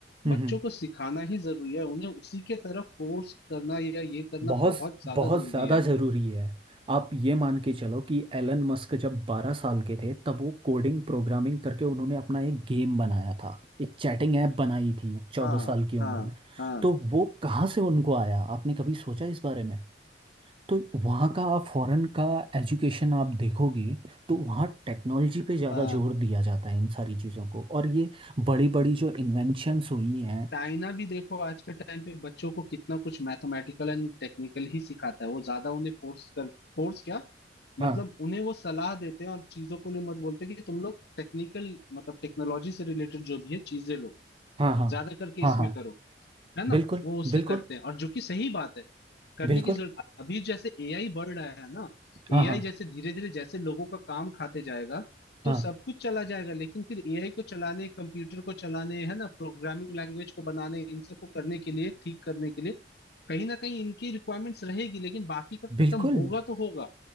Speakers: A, on the right (about 30°); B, on the left (about 60°).
A: हम्म,
B: बच्चों
A: हम्म,
B: को सिखाना ही जरूरी है उन्हें उसी के तरफ फोर्स करना या ये करना
A: बहुत
B: बहुत ज्यादा
A: बहुत
B: जरूरी
A: ज़्यादा
B: है
A: ज़रूरी है आप ये मान के चलो कि एलन मस्क जब 12 साल के थे तब वो कोडिंग प्रोग्रामिंग करके उन्होंने अपना एक गेम बनाया था एक चैटिंग ऐप बनाई थी चौदह
B: हाँ
A: साल की उम्र
B: हाँ
A: में
B: हाँ
A: तो वो कहाँ से उनको आया आपने कभी सोचा इस बारे में तो वहाँ का आप फॉरेन का एजुकेशन आप देखोगे तो वहाँ टेक्नोलॉजी पे ज़्यादा
B: हाँ,
A: जोर दिया जाता है इन सारी चीज़ों को और ये बड़ी बड़ी जो इन्वेंशंस हुई हैं
B: चाइना भी देखो आज के टाइम पे बच्चों को कितना कुछ मैथमेटिकल एंड टेक्निकल ही सिखाता है वो ज्यादा उन्हें फोर्स कर फोर्स क्या
A: हाँ
B: मतलब उन्हें वो सलाह देते हैं और चीजों को लिए मत बोलते कि तुम लोग टेक्निकल मतलब टेक्नोलॉजी से रिलेटेड जो भी है चीजें लो
A: हाँ हाँ
B: ज्यादा करके इसमें
A: हाँ हाँ
B: करो है ना
A: बिल्कुल
B: वो उससे
A: बिल्कुल
B: करते हैं और जो कि सही बात है करने
A: बिल्कुल
B: की जरूरत अभी जैसे एआई बढ़ रहा है ना
A: हाँ
B: एआई
A: हाँ
B: जैसे धीरे धीरे जैसे लोगों का काम खाते जाएगा तो
A: हाँ
B: सब कुछ चला जाएगा लेकिन फिर एआई को चलाने कंप्यूटर को चलाने है ना प्रोग्रामिंग लैंग्वेज को बनाने इन सब को करने के लिए ठीक करने के लिए कहीं ना कहीं इनकी रिक्वायरमेंट्स रहेगी लेकिन बाकी का
A: बिल्कुल
B: खत्म होगा तो होगा